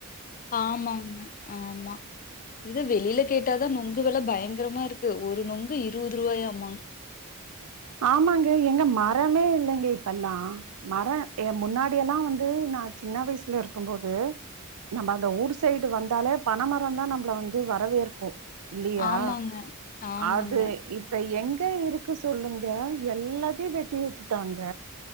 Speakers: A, on the left; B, on the right.
A: ஆமாங்க ஆமா இது வெளியில
B: ம்
A: கேட்டு ட்டாதா நொங்கு வெல பயங்கரமாருக்கு ஒரு நொங்கு இருபது ரூபாயாமா
B: ஆமாங்க எங்க மரமே இல்லைங்க இப்பெல்லா மர எ முன்னாடில்லா வந்து நா சின்ன வயசுல இருக்கும்போது நம்ம அந்த ஊர் சைடு வந்தாலே பனை மரம்தா நம்மள வந்து வரவேற்கும் இல்லையா
A: ஆமாங்க. ஆமாங்க.
B: அது இப்ப எங் தே இருக்கு சொல்லுங்க கே எல்லாத்தையு வெட்டி உட்டுட்டாங்க